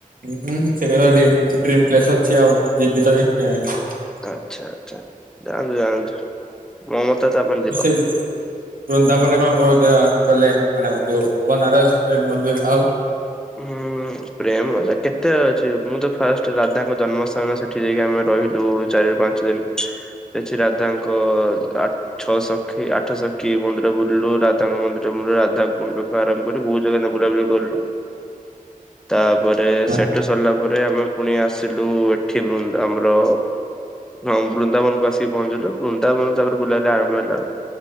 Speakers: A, on the right; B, in the centre.
A: ହୁଁ ସେଟା ତ ଡି ଡ୍ରିମ୍ ପ୍ଲେସ୍ ଅଛି ଆଉ ଜିବିତ ନିଶ୍ଚୟ।
B: ଆଛା ଆଛା, ଯାଆନ୍ତୁ ଯାଆନ୍ତୁ ମୋ ମତ ତ ଆପଣ ଯିବ?
A: ବୁ ବୃନ୍ଦାବନ ରେ କଣ କରୁଛ ଗଲେ ମାନେ ଯୋଉ ବନାରସ ପ୍ରେମ୍ ମନ୍ଦିର ଆଉ
B: ହୁଁ ପ୍ରେମ ଅ କେତେ ଅଛି? ମୁଁ ତ ଫାଷ୍ଟ ରାଧାଙ୍କ ଜନ୍ମସ୍ଥାନ ସେଠି ଯାଇକି ଆମେ ରହିଲୁ, ଚାରି ରୁ ପାଞ୍ଚ ଦିନ ସେଠି ରାଧା ରାଧାଙ୍କ ଆ ଛଅ ସଖୀ ଆଠ ସଖୀ ମନ୍ଦିର ବୁଲିଲୁ। ରାଧାଙ୍କ ମନ୍ଦିର ବୁଲିଲୁ, ରାଧା କୁଣ୍ଡ ଠୁ ଆରମ୍ଭ କରି ବହୁତ ଜାଗା ହେଲା ବୁଲା ବୁଲି କଲୁ। ତାପରେ
A: କଣ
B: ସେଠୁ ସରିଲା ତାପରେ, ଆମେ ପୁଣି ଆସିଲୁ ଏଠି ବୃନ୍ଦ ଆମର ହଁ ବୃନ୍ଦାବନକୁ ଆସିକି ପହଞ୍ଚିଲୁ। ବୃନ୍ଦାବନ ତାପରେ ବୁଲିଲଲେ ଆରମ୍ଭ ହେଲା ଆଉ।